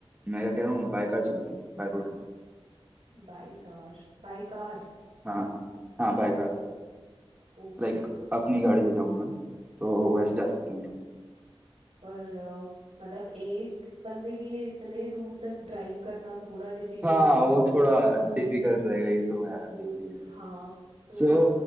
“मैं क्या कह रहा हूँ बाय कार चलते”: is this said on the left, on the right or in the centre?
Right